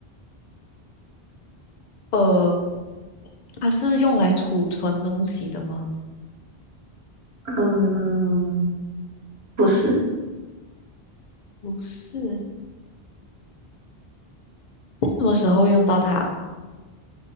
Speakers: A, on the left; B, on the right.
A: 呃，它是用来储存东西的吗？
B: 嗯，不是，
A: 不是，什么时候会用到它？